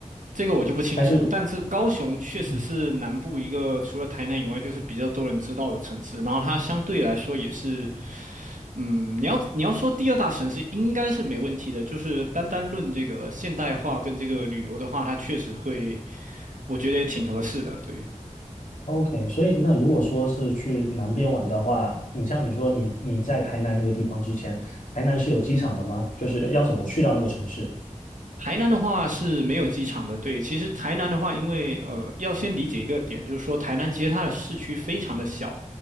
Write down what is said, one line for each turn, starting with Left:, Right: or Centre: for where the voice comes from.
Right: 这个我就不清楚，
Left: 还是？
Right: 但是高雄确实是南部一个除了台南以外，
Left: 嗯？
Right: 就是比较多人知道的城市。然后它相对来说也是，嗯，你要你要说第二大城市应该是没问题的，就是单单论这个现代化跟这个旅游的话，它确实会，我觉得也挺合适的。对，
Left: OK，所以那如果说是去南边玩的话，你像你说你你在台南那个地方之前，台南是有机场的吗？就是要怎么去到那个城市？
Right: 台南的话是没有机场的，对。其实台南的话，因为呃，要先理解一个点，就是说台南其实它的市区非常的小，